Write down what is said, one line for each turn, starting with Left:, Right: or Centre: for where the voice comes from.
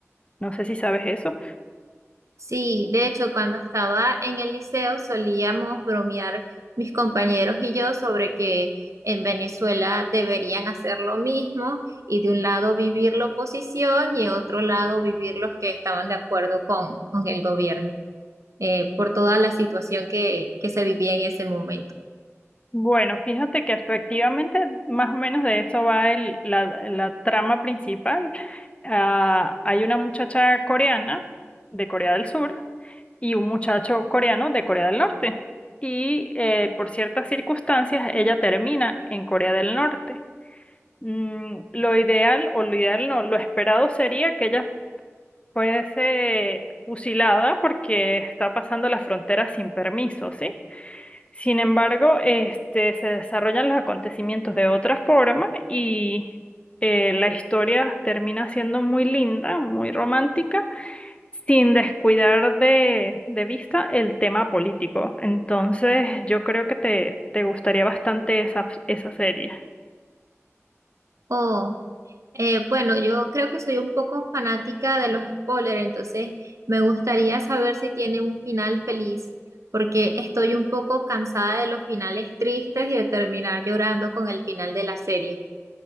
Left: No sé si sabes eso.
Right: Sí, de hecho, cuando estaba en el liceo solíamos bromear mis compañeros y yo sobre que en Venezuela deberían hacer lo mismo y de un lado vivir la oposición y de otro lado vivir los que estaban de acuerdo con, con el gobierno. eh, por toda la situación que, que se vivía en ese momento.
Left: Bueno, fíjate que efectivamente más o menos de eso va el- la, la trama principal. Ah, hay una muchacha coreana de Corea del Sur y un muchacho coreano de Corea del Norte. Y eh, por ciertas circunstancias ella termina en Corea del Norte Mm, lo ideal, o lo ideal no, lo esperado sería que ella fuese fusilada porque está pasando la frontera sin permiso, ¿sí? Sin embargo, este, se desarrollan los acontecimientos de otra forma y eh, la historia termina siendo muy linda, muy romántica, sin descuidar de, de vista el tema político. Entonces, yo creo que te, te gustaría bastante esa, esa serie.
Right: Oh, eh, bueno, yo creo que soy un poco fanática de los spoilers, entonces me gustaría saber si tiene un final feliz, porque estoy un poco cansada de los finales tristes y de terminar llorando con el final de la serie.